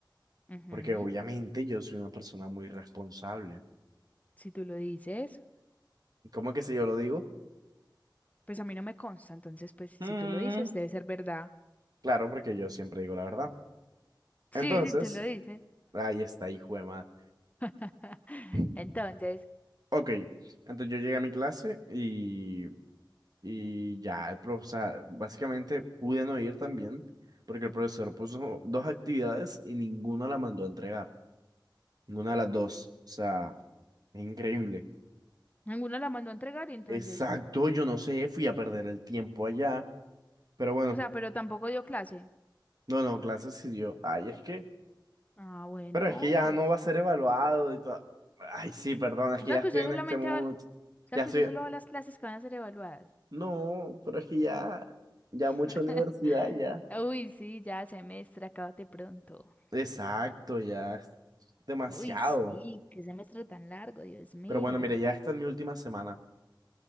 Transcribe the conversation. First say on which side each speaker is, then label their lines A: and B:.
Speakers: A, on the left; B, on the right.
A: Ujú.
B: porque obviamente yo soy una persona muy responsable.
A: Si tú lo dices,
B: ¿Y ¿Cómo que si yo lo digo?
A: pues a mí no me consta, entonces, pues si
B: Mm,
A: tú lo dices, debe ser verdad.
B: claro, porque yo siempre digo la verdad.
A: Sí,
B: Entonces,
A: si tú lo dices.
B: ahí está, hijo de madre.
A: <laughs>
B: <laughs>
A: Entonces,
B: Ok, entonces yo llegué a mi clase y Y ya, el prof, o sea, básicamente pude no ir también porque el profesor puso dos actividades y ninguna la mandó a entregar. Ninguna de las dos. O sea, es increíble.
A: ninguno la mandó a entregar y entonces,
B: Exacto, yo no sé, fui a perder el tiempo allá. Pero bueno,
A: o sea, pero tampoco dio clase.
B: no, no, clases sí dio. Ay, es que,
A: Ah, bueno,
B: pero es que ya
A: entonces,
B: no va a ser evaluado y todo. Ay, sí, perdón, es
A: o
B: que
A: sea
B: ya estoy
A: que usted
B: en
A: solamente
B: este mood.
A: va, al- o sea
B: Ya
A: que
B: estoy.
A: usted solo va a las clases que van a ser evaluadas.
B: No, pero es que ya, ya mucha
A: <laughs>
B: universidad ya.
A: Uy, sí, ya semestre, acábate pronto.
B: Exacto, ya es demasiado.
A: Uy, sí, qué semestre tan largo, Dios mío.
B: Pero bueno, mire, ya esta es mi última semana.